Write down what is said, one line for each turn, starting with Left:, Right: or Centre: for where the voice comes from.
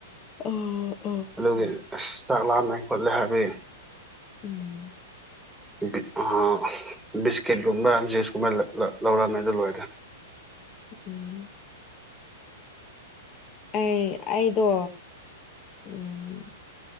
Left: ꯎꯝ ꯎꯝ
Centre: ꯑꯗꯨꯒꯤ ꯑꯁ ꯆꯥꯛ ꯂꯥꯝꯃꯦ ꯈꯣꯠꯂꯦ ꯍꯥꯏꯕꯗꯤ
Left: ꯎꯝ
Centre: ꯕꯤꯟ ꯑꯥ ꯕꯤꯁꯀꯤꯠꯀꯨꯝꯕ ꯖꯤꯁꯀꯨꯝꯕ ꯂꯥ ꯂꯥ ꯂꯧꯔꯝꯃꯦ ꯑꯗꯨ ꯂꯣꯏꯔꯗꯤ
Left: ꯎꯝ ꯑꯩ ꯑꯩꯗꯣ ꯎꯝ